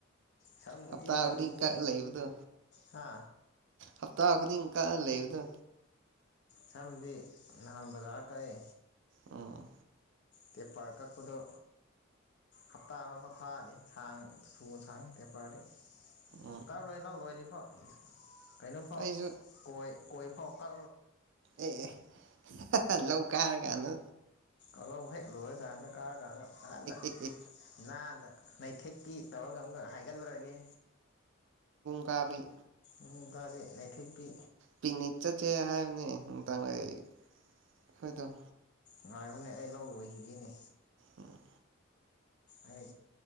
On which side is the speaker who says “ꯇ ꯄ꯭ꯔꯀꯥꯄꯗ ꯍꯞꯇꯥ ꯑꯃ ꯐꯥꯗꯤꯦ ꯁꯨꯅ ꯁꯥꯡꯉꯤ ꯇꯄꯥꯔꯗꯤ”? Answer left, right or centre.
Left